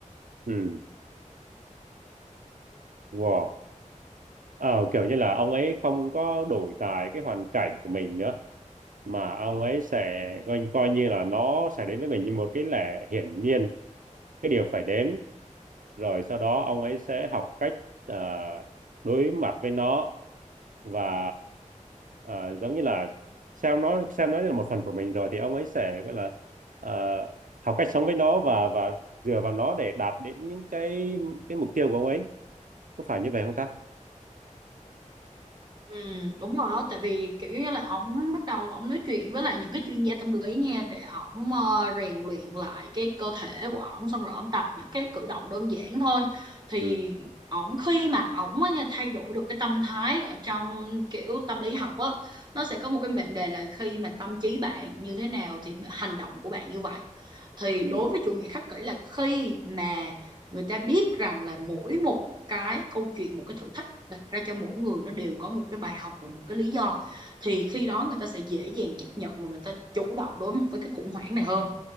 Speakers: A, on the right; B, on the right.
A: ừ. Wow. Ờ, kiểu như là ông ấy không có đổi tài cái hoàn cảnh của mình nữa. mà ông ấy sẽ coi, coi như là nó sẽ đến với mình như một cái lẽ hiển nhiên cái điều phải đến rồi sau đó ông ấy sẽ học cách à, đối mặt với nó và à, giống như là xem nó xem nó như là một phần của mình rồi thì ông ấy sẽ gọi là à, học cách sống với nó và và dựa vào nó để đạt đến những cái cái mục tiêu của ông ấy có phải như vậy không ta
B: Ừ, đúng rồi á, tại vì kiểu như là ổng bắt đầu ổng nói chuyện với lại những cái chuyên gia tâm lý nha để ổng ờ, rèn luyện lại cái cơ thể của ổng xong rồi ổng tập những cái cử động đơn giản thôi thì
A: ừ.
B: ổng khi mà ổng á nha, thay đổi được cái tâm thái ở trong kiểu tâm lý học á nó sẽ có một cái mệnh đề là khi mà tâm trí bạn như thế nào thì hành động của bạn như vậy thì
A: Ừ.
B: đối với chủ nghĩa khắc kỷ là khi mà người ta biết rằng là mỗi một cái câu chuyện một cái thử thách đặt ra cho mỗi người nó đều có một cái bài học và một cái lý do thì khi đó người ta sẽ dễ dàng chấp nhận và người ta chủ động đối với cái khủng hoảng này hơn